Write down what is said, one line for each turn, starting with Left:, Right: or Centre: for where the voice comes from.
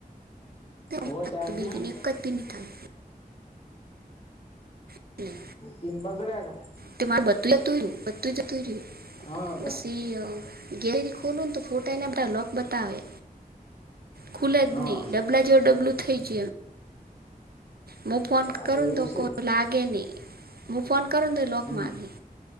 Left: ઓ
Right: પણ
Left: ચાર્જિંગ
Right: થતું બિલ બી એક જ બી નહીં થાય એટલે
Left: પિન બગડે કાને
Right: તે મારે બાટલો ટુયુ બધુ જતું રહ્યું.
Left: હા તો
Right: સિય ગેલ ખોલુંને તો ફોટાએ ન બતાવે લોક બતાવે. ખુલે જ
Left: હા
Right: નહી ડબ્લાજ ડબલું થય જ મુ ફોન
Left: આ
Right: કરું
Left: એવું
Right: તો
Left: છે
Right: કો લાગે નહી. મું ફોન કરુ ને તો લોક
Left: હમ
Right: માગે.